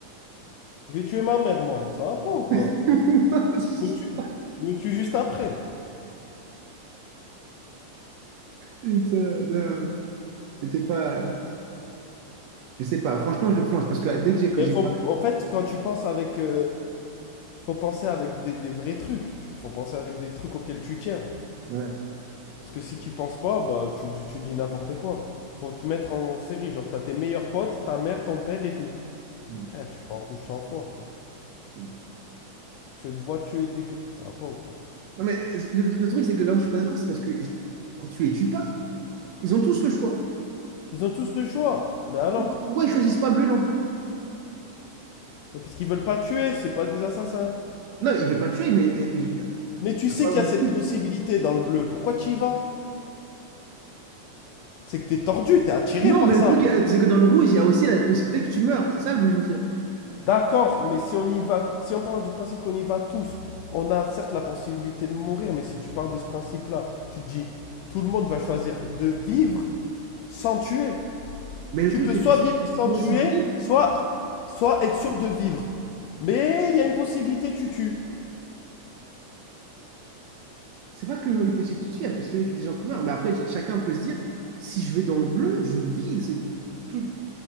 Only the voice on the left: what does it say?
Je vais tuer ma mère, moi. Ça va pas ou quoi?
Je me tue, je me tue juste après.
Il
faut,
en fait, quand tu penses avec euh, Faut penser avec des, des vrais trucs. Faut penser avec des trucs auxquels tu tiens.
Parce que si tu penses pas, bah tu, dis- tu dis n'importe quoi. Faut te mettre en, en série. Genre, t'as tes meilleurs potes, ta mère, ton père et tout.
Frère, tu prends rouge 100 fois, frère.
Tu te vois tuer des. Ça va pas ou quoi
Ils ont tous le choix. Ben alors
Mais Parce qu'ils veulent pas tuer, c'est pas des assassins.
Mais
tu sais
qu'il y a
cette possibilité dans le bleu. Pourquoi tu y vas C'est que t'es tordu, t'es attiré
par
ça.
D'accord, mais si on y va, si on part du principe qu'on y va tous, on a certes la possibilité de mourir, mais si tu pars de ce principe-là, tu te dis tout le monde va choisir de vivre sans tuer.
Tu
peux
soit
vivre
sans
tuer,
soit, soit être sûr de vivre. Mais il y a une possibilité, tu tues.